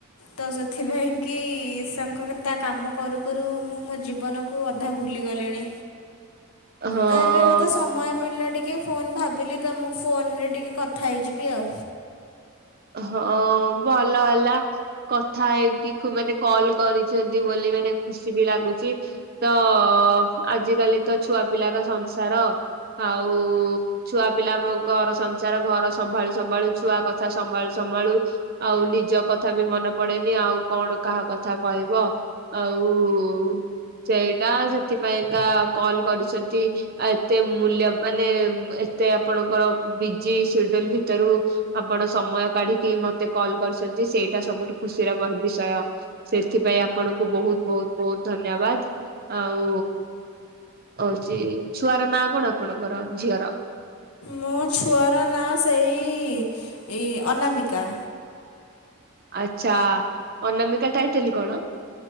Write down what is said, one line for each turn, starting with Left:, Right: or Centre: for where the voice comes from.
Left: ତ ସେଥିପାଇଁ କି ସାଙ୍କ ତା କାମ କରୁ କରୁ। ମୁଁ ମୋ ଜୀବନକୁ ଅଧା ଭୁଲିଗଲିଣି।
Right: ହଁ ହଁ
Left: ତ ଏବେ ମତେ ସମୟ ମିଳିଲା ଟିକେ। ଟିକେ ଫୋନ୍ ଭାବିଲି ତମକୁ ଫୋନରେ ଟିକେ କଥା ହେଇଯିବି ଆଉ।
Right: ହଁ ଭଲ ହେଲା କଥା ହେଇକି କୁ ମାନେ କଲ। କରିଛନ୍ତି ବୋଲି ମାନେ ଖୁସି ବି ଲାଗୁଛି ତ ଆଜିକାଲି ତ ଛୁଆ ପିଲାର ସଂସାର। ଆଉ ଛୁଆ ପିଲା ଆମ ଘର ସଂସାର ଘର ସମ୍ଭାଳୁ ସମ୍ଭାଳୁ ଛୁଆ କଥା। ସମ୍ଭାଳୁ ସମ୍ଭାଳୁ ଆଉ ନିଜ କଥା ବି ମନେ ପଡ଼େନି ଆଉ କଣ କାହା କଥା କହିବ। ଆଉ ସେଇଟା ସେଥିପାଇଁକା କଲ କରିଛନ୍ତି ଏତେ ମୂଲ୍ୟ ମାନେ। ମତେ ଆପଣଙ୍କର ବିଜି ସେଡୁଲ ଭିତରୁ ଆପଣ। ସମୟ କାଢ଼ୀକି ମତେ କଲ୍ କରିଛନ୍ତି ସେଇଟା ସବୁଠୁ ଖୁସିର ବିଷୟ ସେଥିପାଇଁ ଆପଣ। ଙ୍କୁ ବହୁତ ବହୁତ ବହୁତ ଧନ୍ୟବାଦ ଆଉ। ହଉଛି ଛୁଆର ନାଁ କଣ ଆପଣଙ୍କର ଝିଅର।
Left: ମୋ ଛୁଆର ନାଁ ସେଇ ଏଇ ଅନନାମିକା।
Right: ଆଚ୍ଛା ଅନାମିକା ଟାଇଟିଲ କଣ?